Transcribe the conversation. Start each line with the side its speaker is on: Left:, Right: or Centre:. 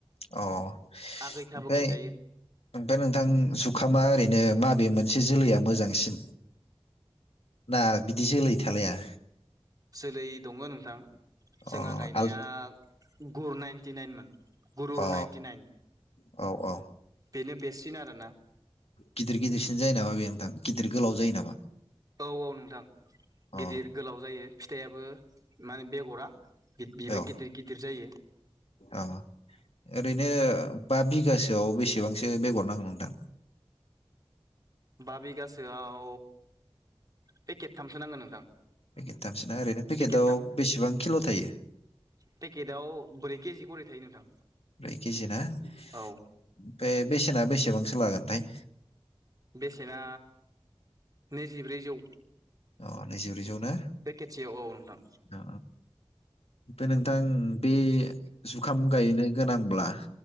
Left: अ ओमफ्राय
Right: आगैथाबो गायजायो
Left: ओमफ्राय नोंथां जुखामा ओरैनो नो माबे मोनसे जोलैया मोजांसिन? ना बिदि जोलै थालाया?
Right: जोलै दङ नोंथां
Left: अ
Right: जोंहा गायनाया
Left: आल
Right: गुर नाइन्टि नाइनमोन। गुरुर
Left: अ
Right: नाइनटि नाइन।
Left: औ औ
Right: बेनो बेस्टसिन आरोना
Left: गिदिर गिदिरसिन जायो नामा बे नोंथां। गिदिर गोलाव जायो नामा
Right: औ औ नोंथां
Left: अ
Right: गिदिर गोलाव जायो। फिथायाबो माने बेगरा। बेबो
Left: औ
Right: गिदिर गिदिर जायो।
Left: औ ओरैनो बा बिगासोआव बेसेबांसो बेगर नांगौ नोंथां?
Right: बा बिगासोआव पेकेटथामसो नांगोन नोंथां।
Left: पेकेट थामसोना ओरैनो पेकेटाव
Right: पेकेटथाम
Left: बेसेबां किल' थायो?
Right: पेकेटाव ब्रै केजि गरै थायो नोंथां।
Left: ब्रै केजि ना फाय
Right: औ
Left: बेसेना बेसेबांसो लागोन थाय।
Right: बेसेना नैजिब्रैजौ।
Left: अ नैजिब्रै जौ ना
Right: पेकेटसेयाव औ नोंथां
Left: अ। ओमफ्राय नोंथां बे जुखाम गायनो गोनांब्ला